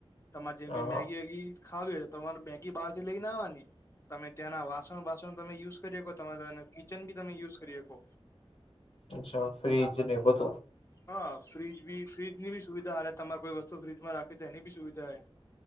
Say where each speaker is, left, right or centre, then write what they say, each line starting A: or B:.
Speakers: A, on the left; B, on the left.
A: તમારે જેમ
B: અ
A: કે મેગી વેગી ખાવ્યો તમાર બેકી બાારથી લલેગ નાવાની તમે ત્યાંના વાસણ વાસણ તમે યુઝ કરીકો તમે એ કિચન બી તમે યુઝ કરી શકો
B: અચ્છા ફ્ર્રીજ ને બધું
A: હા ફ્રીજ બી ફ્રીજ ની બી સુવિધા હાલે તમારે કોઈ વસ્તુ ફ્રીિજમાં રાખે તો એની બી સુવિધા હ